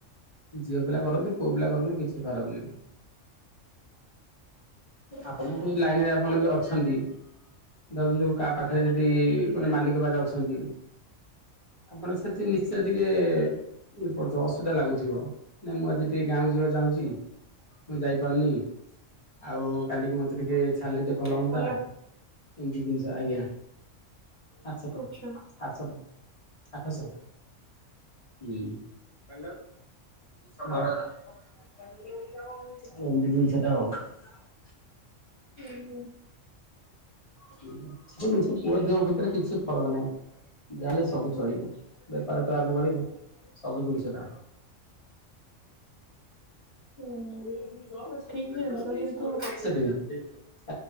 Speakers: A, on the left; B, on the right.
A: ଝିଅ ପିଲା କରନ୍ତୁ କୋଉ ପିଲା କରନ୍ତୁ କିଛି ଖରାପନି ଆପଣ ଯ। ଲାଇନରେ ଆପଣ ବି ଅଛନ୍ତି। ଧରନ୍ତୁ କାହା ପାଖରେ ଯଦି ଗୋଟେ ମାଲିକ ବାାର ଅଛନ୍ତି। ଆପଣ ସେଠି ନିଶ୍ଚୟ ଟିକେ ଇଏ ପଡୁଥିବ ଅସୁବିଧା ଲାଗୁଥିବ। ନା ମୁଁ ଆଜି ଟିକେ ଗାଁକୁ ଯିବା ଚାହୁଁଛି ମୁଁ ଯାଇପାରୁନି। ଆଉ କାଲିକି ମତେ ଟିକେ ଛାଡ଼ିଲେ ଟିକେ ଭଲ ହୁଅନ୍ତା
B: ହ୍ୟାଲୋ
A: ଏମିତି ଜିନିଷ ଆଜ୍ଞା। ଆ ଟ
B: ଆଚ୍ଛା
A: ଆ ଟ <unintelligible> ଆଠ ସ ହୁଁ <inaudible> ସେଟା ହଉ <unintelligible>
B: ହୁ ହୁଁ
A: ସବୁ ଜିନିଷ ପୁହା ଯିବା ଭିତରେ କିଛି। ଫରକ ନାଇଁ ଗାଲେ ସବୁ ଚଳିବ। ବେପାର ତୁ ଆରମ୍ଭ କରିୁ ସବୁ ଜିନିଷ ଟା।
B: ହୁଁ
A: <unintelligible>
B: ଠିକ୍ ଜିନିଷ କିନ୍ତୁ